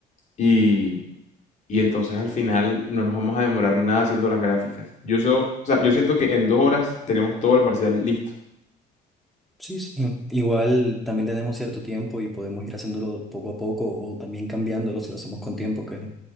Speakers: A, on the left; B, in the centre.
A: Y y entonces al final no nos vamos a demorar nada haciendo las gráficas. Yo, so- o sea, yo siento que en dos horas tenemos todo el parcial listo.
B: Sí, sí. Igual también tenemos cierto tiempo y podemos ir haciéndolo poco a poco o también cambiándolo si lo hacemos con tiempo, que